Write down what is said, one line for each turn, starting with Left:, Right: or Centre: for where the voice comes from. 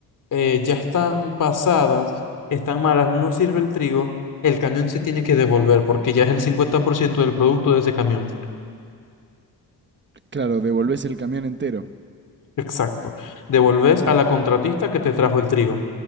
Left: eh, ya están pasadas, están malas, no nos sirve el trigo, el camión se tiene que devolver porque ya es el 50% del producto de ese camión.
Right: Claro, devolvés el camión entero.
Left: Exacto. Devolves a la contratista que te trajo el trigo.